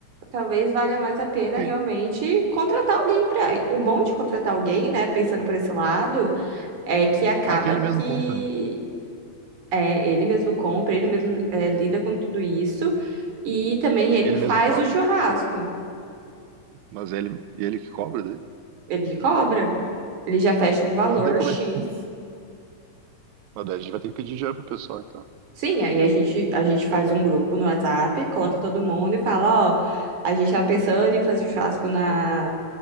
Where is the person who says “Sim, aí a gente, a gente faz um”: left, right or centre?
Right